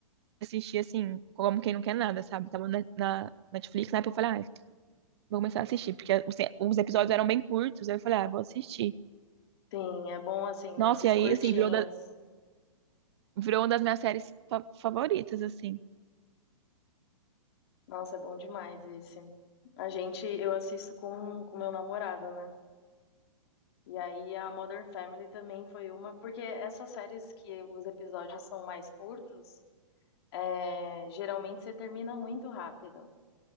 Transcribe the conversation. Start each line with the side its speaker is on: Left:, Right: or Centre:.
Right: assistir assim, como quem não quer nada, sabe? Tava na, na Netflix, na época eu falei, ah, vou começar a assistir, porque os, os episódios eram bem curtos, aí eu falei, ah, vou assistir.
Left: Sim, é bom assim, né?
Right: Nossa,
Left: Esses
Right: e aí,
Left: curtinhos.
Right: assim, virou, da- virou uma das minhas séries fa- favoritas, assim.
Left: Nossa, é bom demais esse. A gente, eu assisto com com meu namorado, né? E aí a Modern Family também foi uma, porque essas séries que os episódios são mais curtos, é, geralmente você termina muito rápido.